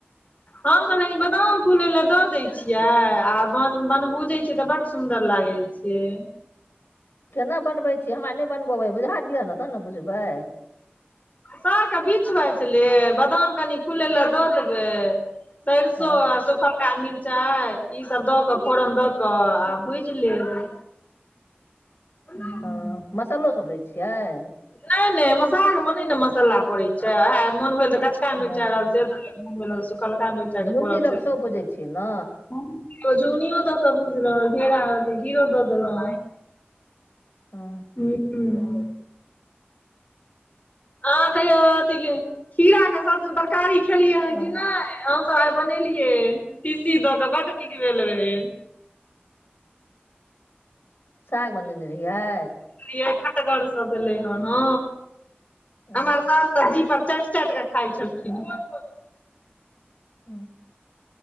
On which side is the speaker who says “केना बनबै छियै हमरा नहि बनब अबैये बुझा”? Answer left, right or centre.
Left